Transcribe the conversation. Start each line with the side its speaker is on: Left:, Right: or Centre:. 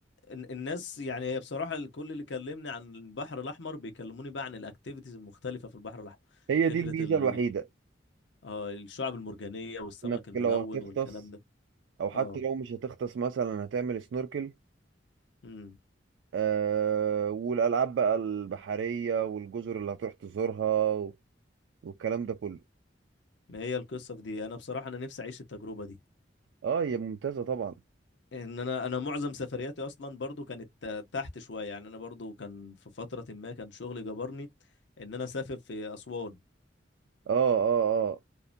Left: ال- الناس يعني هي بصراحة الكل اللي كلمني عن البحر الأحمر بيكلموني بقى عن الأكتيفيتيز المختلفة في البحر الأحمر
Right: هي
Left: فكرة
Right: دي الميزة
Left: ال...
Right: الوحيدة
Left: آه الشعب المرجانية والسمك
Right: انك
Left: الملون
Right: لو هتغطس
Left: والكلام ده
Right: او حتى
Left: اه
Right: لو مش هتغطس مثلا هتعمل سنوركل
Left: امم
Right: آه والالعاب بقى البحرية والجزر اللي هتروح تزورها و- والكلام ده كله
Left: ما هي القصة في دي أنا بصراحة أنا نفسي أعيش التجربة دي
Right: اه هي ممتازة طبعا
Left: إن أنا أنا معظم سفرياتي أصلا برضو كانت آه، تحت شوية يعني أنا برضو كان في فترة ما كان شغلي جبرني إن أنا أسافر في أسوان
Right: اه اه اه